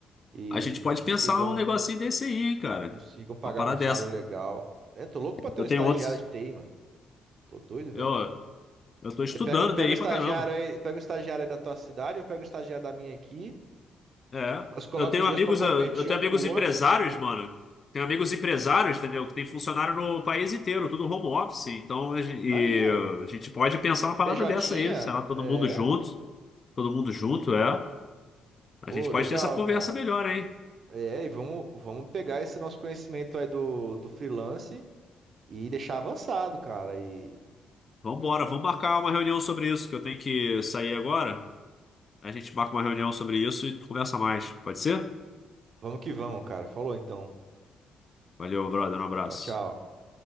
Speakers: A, on the right; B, on the left.
A: e,
B: A gente
A: e
B: pode
A: consigam,
B: pensar um negocinho desse aí, hein, cara.
A: consigam pagar
B: Uma parada
A: um salário
B: dessa.
A: legal. É, tô louco pra ter
B: Eu
A: um estagiário
B: tenho outros.
A: de TI, mano. Tô doido,
B: Eu,
A: velho.
B: eu tô estudando
A: Você pega, pega
B: TI
A: um estagiário
B: pra caramba.
A: aí, pega um estagiário aí da tua cidade, eu pego um estagiário da minha aqui.
B: É.
A: Nós colocamos
B: Eu tenho
A: os
B: amigos,
A: dois pra competir
B: ah, eu tenho
A: um
B: amigos
A: com o
B: empresários,
A: outro.
B: mano. Tenho amigos empresários, entendeu? Que tem funcionário no país inteiro, tudo home office. Então a gen- e,
A: Aí, ó.
B: uh, a gente pode pensar uma parada
A: PJ,
B: dessa aí, sei lá, todo
A: é.
B: mundo junto, todo mundo junto, é. A
A: Ô,
B: gente pode
A: legal,
B: ter essa conversa
A: cara.
B: melhor, hein?
A: É, e vamos, vamos pegar esse nosso conhecimento aí do, do freelance e deixar avançado, cara. E
B: Vambora, vamos marcar uma reunião sobre isso, que eu tenho que sair agora. A gente marca uma reunião sobre isso e conversa mais. Pode ser?
A: vamos que vamos, cara. Falou então.
B: Valeu, brother, um abraço.
A: Tchau, tchau.